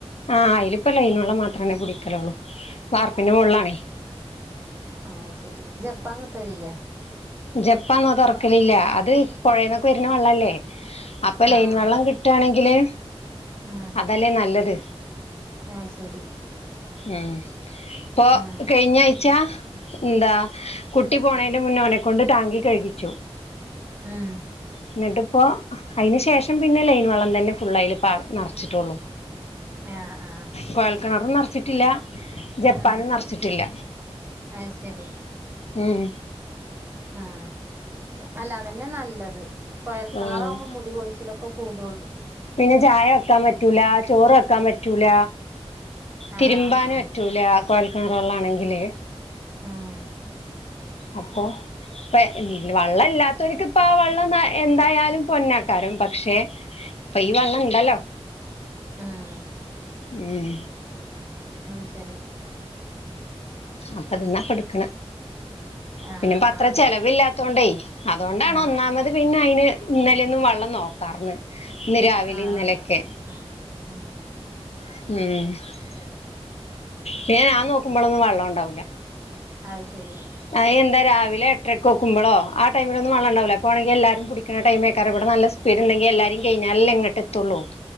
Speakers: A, on the left; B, on the right.
A: ആഹഹ് അയിലിപ്പം ലൈൻ വള്ളം മാത്രേ കുടിക്കലൊള്ളൂ വാർപ്പിന്റെ മോളിലാണേ
B: ആയ് ശരി ജപ്പാൻ കിട്ടലില്ലേ
A: ജപ്പാൻ ഞങ്ങൾ തൊറക്കലില്ല അത് പുഴേന്നൊക്കെ വര്ണ വെള്ളല്ലേ അപ്പം
B: ആഹ്
A: ലൈൻ വെള്ളം കിട്ടാണെങ്കില്
B: ആഹ്
A: അതല്ലേ നല്ലത്
B: ആയ് ശരി
A: ഉം ഇപ്പൊ
B: ആഹ്
A: കയ്ഞ്ഞ ആഴ്ച- എന്താ കുട്ടി പോണേന്റെ മുന്നേ ഒനെക്കൊണ്ട് ടാങ്കി കഴുകിച്ചു
B: ഉം
A: ഇന്നിട്ട് ഇപ്പം അയിന് ശേഷം പിന്നെ ലൈൻ വള്ളം തന്നെ ഫുള്ള് അയില് പാർ നറച്ചിട്ടുള്ളൂ
B: ആഹ് ആഹ്
A: കൊഴൽക്കെണറും നറച്ചിട്ടില്ല ജപ്പാനും
B: ഉം
A: നറച്ചിട്ടില്ല
B: അത് ശരി
A: ഉം
B: ആഹ് അല്ല അത് തന്നെ നല്ലത് കൊയൽ ക്കെണറാവുമ്പം
A: ആഹ്
B: മുടി കൊഴിച്ചിലൊക്കെ കൂടൊള്ളൂ
A: പിന്നെ ചായ വെക്കാൻ പറ്റൂല ചോറ് വെക്കാൻ പറ്റൂല
B: ആഹ്
A: തിരുമ്പാന്
B: ആഹ് ആഹ്
A: പ- പറ്റൂല കൊയൽക്കെണറ് വെള്ളാണെങ്കില്
B: ഉം
A: അപ്പൊ ഇപ്പ വള്ളം ഇല്ലാത്തോൽക്ക് ഇപ്പാ വള്ളം എന്തായാലും പൊന്നാക്കാരും പക്ഷെ- ഇപ്പ ഈ വള്ളം ഇണ്ടല്ലോ
B: ഉം
A: ഉം
B: ഉം ശരി
A: അപ്പം ഇതിന്നാ ഇപ്പൊ എടക്ക്ണെ
B: ആഹ്
A: പിന്നെ അത്ര
B: ആഹ്
A: ചെലവില്ലാത്തോണ്ടേ അതോണ്ടാണ്
B: ആഹ്
A: ഒന്നാമത്- പിന്നെ അയിന് ഇന്നലൊന്നും വെള്ളം നോക്കാർന്ന് ഇന്ന് രാവിലെ
B: ആഹ്
A: ഇന്നലെയൊക്കെ
B: ആഹ് ഉം ഉം
A: ഉം
B: ശരി
A: പിന്നെ ഞാൻ നോക്കുമ്പളൊന്നും വെള്ളം ഉണ്ടാവൂല
B: അയ് ശരി
A: അത് എന്താ രാവിലെ എട്ടരക്ക് നോക്കുമ്പളൊ ആ ടൈമിലൊന്നും വെള്ളം ഉണ്ടാവൂല അപ്പം ആണെങ്കി എല്ലാരും പുടിക്ക്ണ ടൈമേക്കാരം ഇവടെ നല്ല സ്- സ്പീഡ് ഇണ്ടെങ്കി എല്ലാരിം കയ്ഞ്ഞാലല്ലെ ഇങ്ങട്ട് എത്തൊള്ളൂ